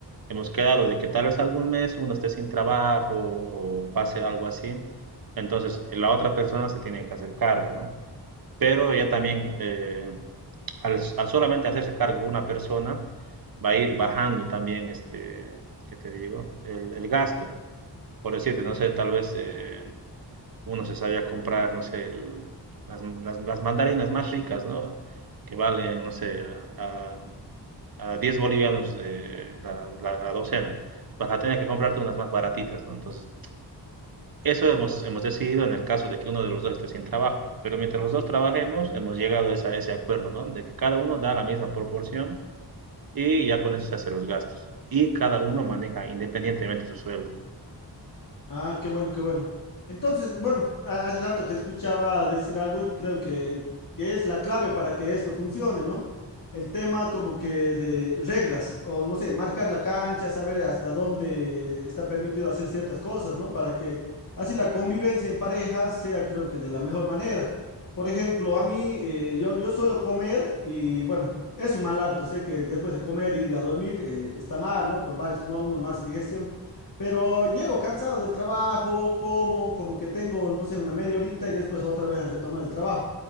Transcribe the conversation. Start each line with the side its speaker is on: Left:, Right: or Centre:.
Right: Hemos quedado de que tal vez algún mes uno esté sin trabajo o pase algo así. Entonces, la otra persona se tiene que hacer cargo, ¿no? pero ya también eh, al, al, solamente hacerse cargo una persona va a ir bajando también, este, ¿qué te digo? El, el gasto, por decirte, no sé, tal vez eh, uno se sabía comprar, no sé, el, las, las, las, mandarinas más ricas, ¿no? Que valen, no sé, a, a 10 bolivianos eh, la, la, la, docena. Vas a tener que comprarte unas más baratitas, ¿no? Entonces, eso hemos, hemos decidido en el caso de que uno de los dos esté sin trabajo, pero mientras los dos trabajemos, hemos llegado a, esa- ese acuerdo, ¿no? De que cada uno da la misma proporción y ya con eso se hacen los gastos. Y cada uno maneja independientemente su sueldo.
Left: Ah, qué bueno, qué bueno. Entonces, bueno, ha- hace rato te escuchaba decir algo y creo que, que es la clave para que esto funcione, ¿no? El tema como que de reglas, o no sé, marcar la cancha, saber hasta dónde está permitido hacer ciertas cosas, ¿no? Para que así la convivencia en pareja sea, creo que de la mejor manera. Por ejemplo, a mí, eh, yo, yo suelo comer y, bueno, es un mal hábito, sé que después de comer, ir a dormir, eh, está mal, ¿no? Por varios, no, uno no hace digestión. Pero llego cansado del trabajo, como, como que tengo, no sé, una media horita y después otra vez a retomar el trabajo.